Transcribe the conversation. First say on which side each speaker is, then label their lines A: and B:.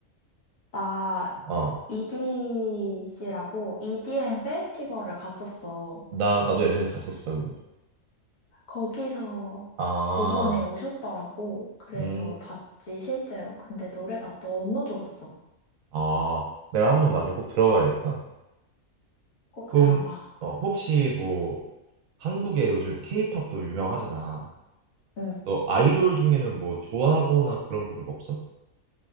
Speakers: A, on the left; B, on the right.
A: 나
B: 아,
A: EDC라고 EDM 페스티벌을 갔었어.
B: 나, 나도 예전에 갔었어, 그거.
A: 거기서
B: 아,
A: 요번에 오셨더라고. 그래서
B: 음,
A: 봤지, 실제로. 근데 노래가 너무 좋았어.
B: 아, 내가 한번 나중에 꼭 들어봐야겠다.
A: 꼭
B: 그럼,
A: 들어봐.
B: 어, 혹시 뭐, 한국에 요즘 케이팝도 유명하잖아.
A: 응.
B: 너 아이돌 중에는 뭐 좋아하거나 그런 그룹 없어?